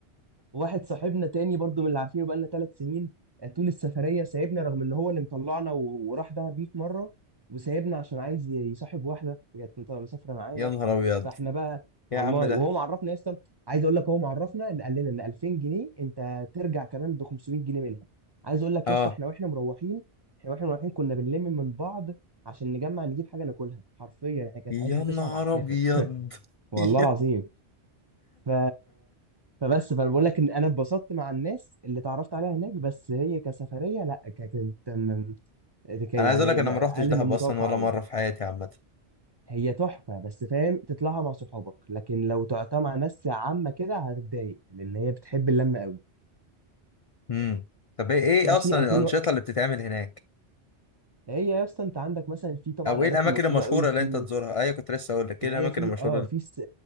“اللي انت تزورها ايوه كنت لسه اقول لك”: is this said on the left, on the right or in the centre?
Left